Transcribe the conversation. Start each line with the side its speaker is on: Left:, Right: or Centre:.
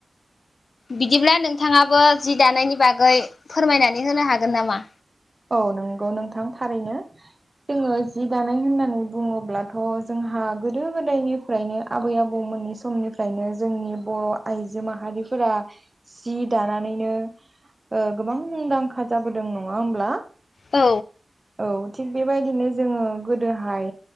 Left: बिदिब्ला नोंथाङाबो जि दानायनि बागै फोरमायनानै होनो हागोन नामा?
Right: औ नंगौ नोंथां थारैनो जोङो जि दानाय होननानै बुङोब्लाथ' जोंहा गोदो गोदायनिफ्रायनो आबै आबौमोननि समनिफ्रायनो जोंनि बर' आइजो माहारिफोरा जि दानानैनो गोबां मुंदांखा जाबोदों नङा होमब्ला।
Left: औ
Right: औ थिग बेबायदिनो जोङो गोदोहाय